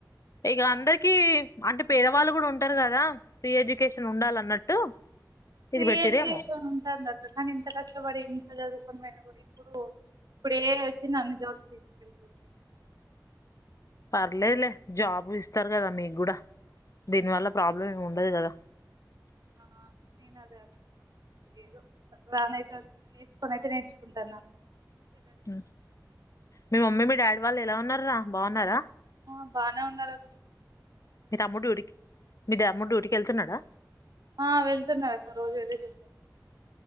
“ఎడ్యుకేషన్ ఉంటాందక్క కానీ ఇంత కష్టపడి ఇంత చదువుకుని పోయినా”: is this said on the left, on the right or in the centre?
Right